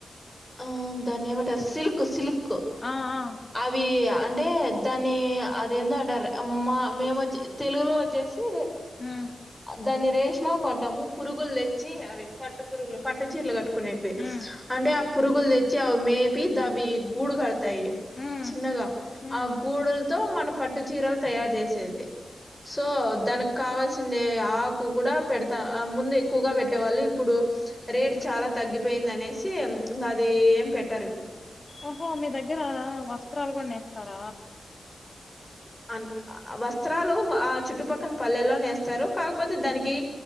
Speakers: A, in the centre; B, on the left.
A: ఆ దాన్ని ఏమంటారు సిల్క్ సిల్క్
B: ఆ ఆ
A: అవి అంటే దాన్ని అదేంటంటారు మా మేమొచ్చేసి తెలుగులో వచ్చేసి
B: ఉమ్
A: దా రేష్మాకంటం పురుగులు దెచ్చి అవి పట్టు పురుగులు పట్టు చీరలు కట్టుకునేవి
B: ఉమ్
A: అంటే పురుగుల్ చ్చి అవి మేపి అవి గూడు కడతాయి
B: ఉమ్
A: చిన్నగా
B: ఉమ్
A: ఆ గూడులతో మన పట్టు చీరలు తయారు చేసి చేది సో దానికి కావాల్సిన ఆకు కూడా పెడతా ముందు ఎక్కువగా పెట్టేవాళ్ళు ఇప్పుడు రేట్ చాలా తగ్గిపోయింది అనేసి అది ఏం పెట్టారు ఇప్పుడు
B: ఓహో మీ దగ్గర వస్త్రాలు కూడానేస్తర
A: అంటే వస్త్రాలు ఆ చుట్టుపక్కన పల్లెల్లోనే నేస్తారు కాకపోతే దానికి